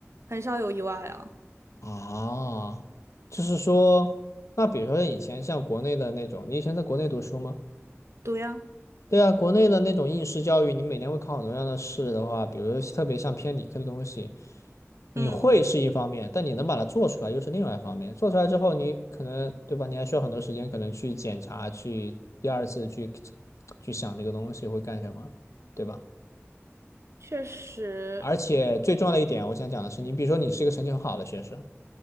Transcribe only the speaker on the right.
很少有意外啊。
对呀，
嗯，
确实，